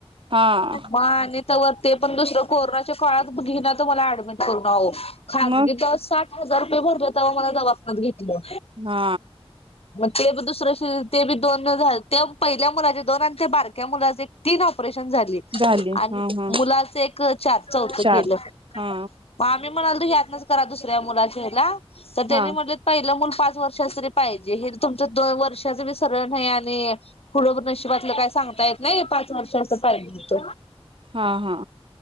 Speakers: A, on the right (about 55°); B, on the left (about 70°).
A: हा
B: म आणि तवर ते पण दुसरं कोरोनाच्या काळात घेनात तर मला ऍडमिट करून आहो. खाजगी
A: मग
B: तर साठ हजार रुपये भरले, तवा मला दवाखानत घेतलं.
A: हा.
B: मग ते ब दुसरं ते बी दोन झा ते पहिल्या मुलाचे दोन आणि ते बारक्या मुलाचे तीन ऑपरेशन झाली
A: झाली
B: आणि
A: हा हा
B: मुलाचा एक चार चौथं
A: चार
B: केलं,
A: हा
B: आम्ही म्हणालो ह्यातनच करा दुसरं दुसऱ्या मुलाच्या ह्याला तर
A: हा
B: त्यानी म्हटले पहील मुल पाच वर्षाचं तरी पाहि जे हे तुमच् वर्षाचं बी सरळ नाही आणि पुढे पण नशिबातलं काही सांगता येत नाही पाच वर्षाचा पाहिजेत.
A: हा हा